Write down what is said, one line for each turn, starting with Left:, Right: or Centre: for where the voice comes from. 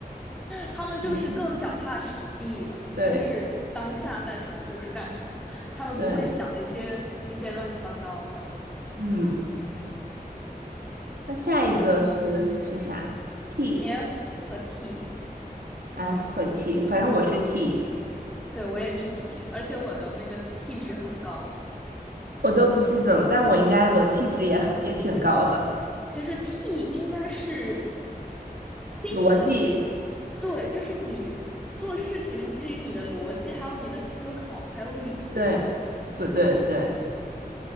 Centre: 他们就是更脚踏实地了，
Right: <laughs> 嗯，对
Centre: 就是当下干什么就是干什么，他们不会想一些一些乱七八糟的。
Right: 对，嗯，那下一个是是啥？T。
Centre: 嗯，F 和 T，
Right: F 和 T，反正我是 T，T
Centre: 对我也是 T，而且我的那个 T 值很高。
Right: 我都不记得了，但我应该我的 T 值也很也挺高的。
Centre: 其实 T 应该是 thinking，
Right: 逻辑，
Centre: 对，就是你做事情是基于你的逻辑，还有你的思考，还有理性，
Right: 对，对对对